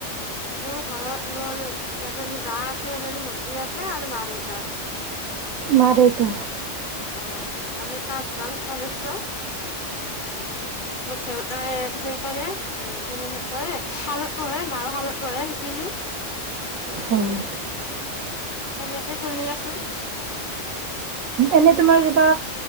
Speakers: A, on the left; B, on the right.
A: মোৰ ঘৰত, মোৰ এজনী মা আছে, এজনী ভন্তী আছে আৰু মা দেউতা।
B: মা দেউতা
A: অ আমি পাচ জন সদস্য মোৰ দেউতাই সেই কৰে সেই শালত পহে, মাৰ শালত পহে শিপিনী।
B: হয়
A: তেনেকে চলি আছো।
B: এনেই তোমাৰ কিবা